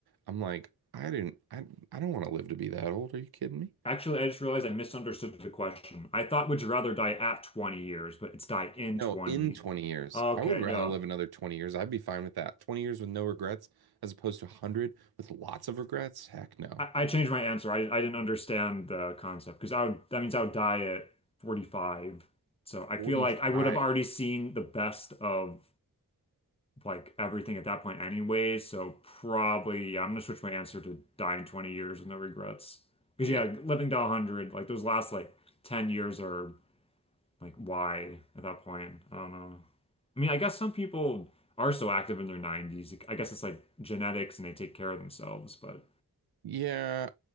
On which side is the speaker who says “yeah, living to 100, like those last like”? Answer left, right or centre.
Left